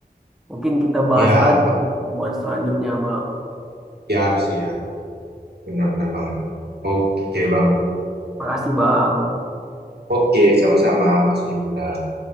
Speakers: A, in the centre; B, on the right.
A: Mungkin kita bahas
B: ya,
A: lagi
B: Pak.
A: di pertemuan selanjutnya, Bang.
B: siap, siap. Benar-benar banget. Oke, Bang.
A: Makasih, Bang.
B: Oke, sama-sama. Makasih juga.